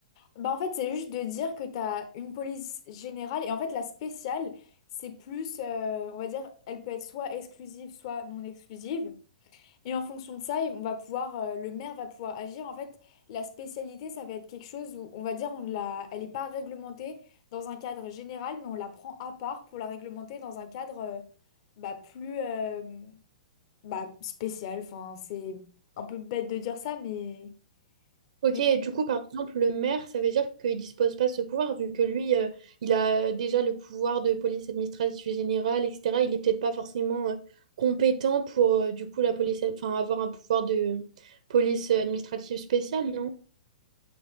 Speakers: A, on the left (about 45°); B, on the right (about 65°).
A: Bah, en fait, c'est juste de dire que t'as une police générale, et en fait, la spéciale, c'est plus, euh, on va dire, elle peut être soit exclusive, soit non exclusive. Et en fonction de ça, on va pouvoir, euh, le maire va pouvoir agir. En fait, la spécialité, ça va être quelque chose où on va dire on ne l'a, elle n'est pas réglementée dans un cadre général, mais on la prend à part pour la réglementer dans un cadre euh, bah, plus euh, bah, spécial. Enfin, c'est un peu bête de dire ça, mais,
B: Ok,
A: mais
B: et
A: bon.
B: du coup, par exemple, le maire, ça veut dire qu'il dispose pas de ce pouvoir, vu que lui, euh, il a déjà le pouvoir de police administrative générale, etc. Il est peut-être pas forcément euh, compétent pour, euh, du coup, la police, enfin, avoir un pouvoir de police administrative spéciale, non?